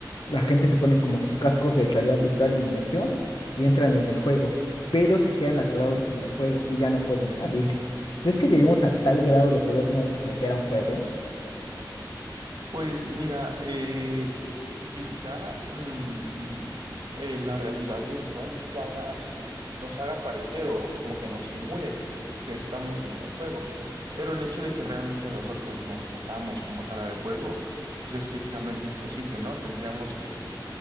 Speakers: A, on the left; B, on the right.
A: la gente se pone como sus cascos de realidad virtual de inmersión y entran en el juego, pero se quedan atorados en el juego y ya no pueden salir. ¿Crees que lleguemos a tal grado de podernos meter a un juego?
B: Pues mira, eh, quizá mm, eh, la realidad virtual sí haga, sí nos haga parecer o como que nos simule que estamos en un juego, pero el hecho de que realmente nosotros nos metamos como tal al juego, pues es físicamente imposible, ¿no? Tendríamos que,